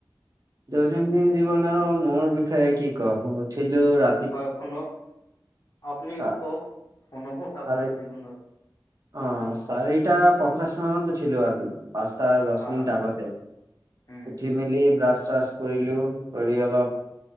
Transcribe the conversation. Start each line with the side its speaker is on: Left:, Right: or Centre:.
Right: দৈনন্দিন জীৱন আৰু মোৰ বিষয়ে কি কম, উঠিলো ৰাত
Left: হয়, শুনক। আপুনি
Right: চা
Left: কওক, অনুভৱ
Right: চাৰে
Left: আপোনাৰ জীৱনৰ
Right: অ, চাৰিটা পঞ্চাছ মানত উঠিলো আজি। পাঁচটাৰ দহ
Left: হা
Right: মিনিট আগতে।
Left: উম
Right: উঠি মেলি ব্ৰাছ-চাছ কৰিলো। কৰি অলপ